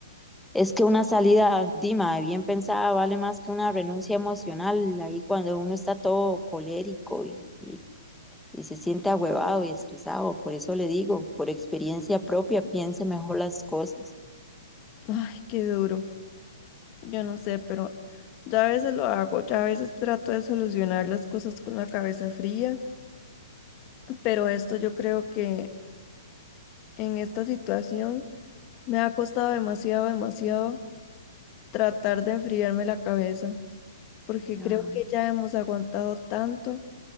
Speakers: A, in the centre; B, on the left (about 25°).
A: es que una salida, dima, bien pensada vale más que una renuncia emocional ahí cuando uno está todo colérico y, y y se siente ahuevado y estresado. Por eso le digo, por experiencia propia, piense mejor las cosas.
B: Ay, qué duro. Yo no sé, pero ya a veces lo hago, ya a veces trato de solucionar las cosas con la cabeza fría, pero esto yo creo que en esta situación me ha costado demasiado, demasiado. tratar de enfriarme la cabeza, porque
A: Ah,
B: creo que ya hemos aguantado tanto,